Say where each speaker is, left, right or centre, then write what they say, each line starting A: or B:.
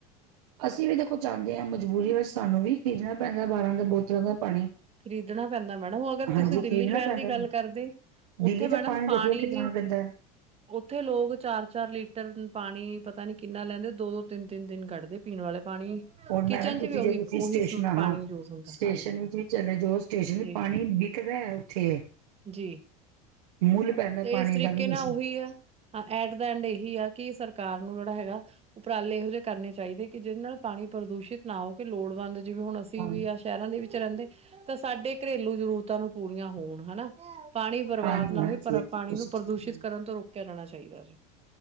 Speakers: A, on the right; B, on the right.
A: ਅਸੀਂ ਵੀ ਦੇਖੋ ਜਾਂਦੇ ਹਾਂ ਮਜਬੂਰੀ ਵਿੱਚ ਸਾਨੂੰ ਵੀ ਖਰੀਦਣਾ ਪੈਂਦਾ ਬਾਹਾਰਾਂ ਦੇ ਬੋਤਲਾਂ ਦਾ ਪਾਣੀ
B: ਖ਼ਰੀਦਣਾ ਪੈਂਦਾ ਮੈਡਮ ਉਹ ਅਗਰ ਤੁਸੀਂ
A: ਹਾਂਜੀ
B: ਦਿੱਲੀ
A: ਖਰੀਦਣਾ
B: ਸ਼ਹਿਰ
A: ਪੈਂਦਾ
B: ਦੀ ਗੱਲ ਕਰਦੇ
A: ਦਿੱਲੀ
B: ਉੱਥੇ
A: ਦਾ
B: ਮੈਡਮ ਪਾਣੀ
A: ਦੇਖ ਲਓ ਕਿਤਨਾ
B: ਹੀ
A: ਗੰਦਾ ਹੈ।
B: ਉੱਥੇ ਲੋਕ ਚਾਰ ਚਾਰ ਲੀਟਰ ਪਾਣੀ ਪਤਾ ਨੀ ਕਿੰਨਾ ਲੈਂਦੇ ਦੋ ਦੋ ਤਿੰਨ ਤਿੰਨ ਦਿਨ ਕੱਢਦੇ, ਪੀਣ ਵਾਲੇ ਪਾਣੀ
A: ਹੁਣ
B: ਕਿਚਨ
A: ਮੈਡਮ ਤੁਸੀਂ
B: ਚ ਵੀ ਉਹੀ
A: ਜੇ ਤੁਸੀਂ
B: ਉਹੀ
A: ਸਟੇਸ਼ਨ ਆ
B: ਪਾਣੀ ਯੂਜ ਹੁੰਦਾ
A: ਸਟੇਸ਼ਨ
B: ਹਾਂਜੀ
A: ਵਿੱਚ ਵੀ ਚਲੇ ਜਾ ਸਟੇਸ਼ਨ
B: ਜੀ
A: ਪਾਣੀ ਵਿਕਦਾ ਉੱਥੇ
B: ਜੀ
A: ਮੁੱਲ ਪੈਂਦਾ
B: ਤੇ
A: ਪਾਣੀ
B: ਇਸ ਤਰੀਕੇ
A: ਦਾ ਵੀ
B: ਨਾਲ
A: ਵਸੀ।
B: ਉਹੀ ਆ ਹਾਂ ਐਟ ਦਾ ਐਂਡ ਇਹੀ ਆ ਕਿ ਸਰਕਾਰ ਨੂੰ ਜਿਹੜਾ ਹੈਗਾ ਉਪਰਾਲੇ ਇਹੋ ਜਿਹੇ ਕਰਨੇ ਚਾਹੀਦੇ ਕਿ ਜਿਹਦੇ ਨਾਲ ਪਾਣੀ ਪ੍ਰਦੂਸ਼ਿਤ ਨਾ ਹੋ ਕੇ ਲੋੜਵੰਦ ਜਿਵੇਂ ਹੁਣ ਅਸੀਂ
A: ਹਾਂ,
B: ਵੀ ਆ ਸ਼ਹਿਰਾਂ ਦੇ ਵਿੱਚ ਰਹਿੰਦੇ ਤਾਂ ਸਾਡੇ ਘਰੇਲੂ ਜ਼ਰੂਰਤਾਂ ਨੂੰ ਪੂਰੀਆਂ ਹੋਣ ਹਨਾ ਪਾਣੀ ਬਰਬਾਦ
A: ਹਾਂਜੀ
B: ਨਾ
A: ਹਾਂਜੀ
B: ਹੋਏ ਪਰ ਪਾਣੀ
A: ਤੁਸੀਂ
B: ਨੂੰ ਪ੍ਰਦੂਸ਼ਿਤ
A: ਠੀਕ ਕਹਿ
B: ਕਰਨ ਤੋਂ ਰੋਕਿਆ ਜਾਣਾ ਚਾਹੀਦਾ ਸੀ।